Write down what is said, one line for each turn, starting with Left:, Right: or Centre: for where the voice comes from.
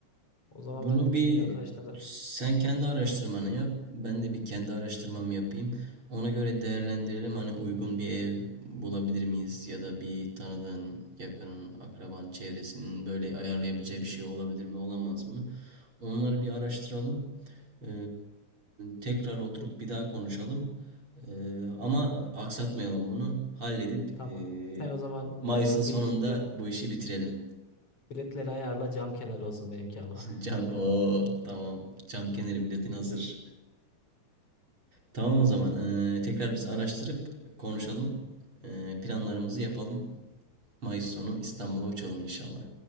Left: o zaman
Right: Bunu
Left: ben de
Right: bir
Left: bizim bir arkadaşlara
Right: sen kendi araştırmanı yap. Ben de bir kendi araştırmamı yapayım. Ona göre değerlendirelim. Hani uygun bir ev bulabilir miyiz? Ya da bir tanıdığın, yakının, akraban, çevresinin böyle ayarlayabileceği bir şey olabilir mi, olamaz mı? Onları bir araştıralım. Ee, tekrar oturup bir daha konuşalım. Ee, ama aksatmayalım bunu. Halledip
Left: Tamam.
Right: e,
Left: Sen o zaman
Right: Mayıs'ın
Left: e,
Right: sonunda
Left: bir bilet,
Right: bu işi bitirelim.
Left: biletleri ayarla cam kenarı olsun benimki ama.
Right: <laughs> Cam, o tamam. Cam kenarı biletin hazır. Tamam o zaman. Ee, tekrar biz araştırıp konuşalım. Ee, planlarımızı yapalım. Mayıs sonu İstanbul'a uçalım inşallah.